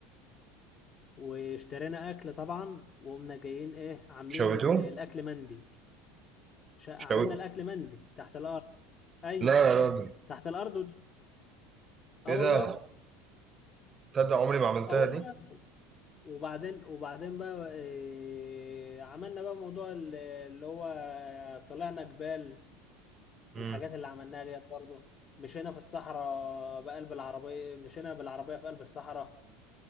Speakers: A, on the left; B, on the right.
A: واشترينا اكل طبعا وقمنا جايين ايه عاملين
B: شويتوه؟
A: ال- الاكل مندي ش... عملنا
B: شوي
A: الاكل مندي تحت الارض ايوه
B: لا يا راجل
A: تحت الارض ونشوي. اه
B: ايه ده؟
A: والله
B: تصدق عمري ما عملتها
A: اه والله
B: دي؟
A: وبعدين وبعدين بقى إيه عملنا بقى موضوع ال- اللي هو طلعنا جبال
B: مم.
A: والحاجات اللي عملناها ديت برضه مشينا في الصحراء بقلب العربية مشينا بالعربية في قلب الصحراء